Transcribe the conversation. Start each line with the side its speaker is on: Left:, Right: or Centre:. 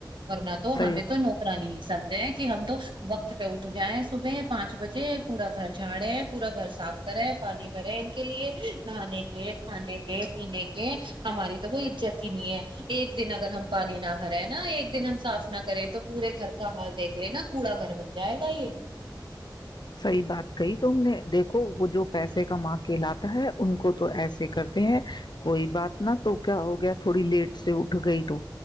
Right: ورنہ تو
Left: صحیح
Right: ہمیں تو نوکرا نہیں سمجھے ہیں کہ ہم تو وقت پہ اٹھ جائیں صبح پانچ بجے پورا گھر جھاڑے پورا گھر صاف کرے پانی بھرے ان کے لیے نہانے کے کھانے کے پینے کے ہماری تو کوئی عزت ہی نہیں ہے ایک دن اگر ہم پانی نہ بھرے نا ایک دن ہم صاف نہ کریں تو پورے گھر کا حال دیکھ لے نا کوڑا گھر بن جائے گا یہ
Left: صحیح بات کہی ت ہم نے دیکھو وہ جو پیسے کما کے لاتا ہے ان کو تو ایسے کرتے ہیں کوئی بات ن تو کیا ہو گیا تھوڑی لیٹ سے اٹھ گئی تو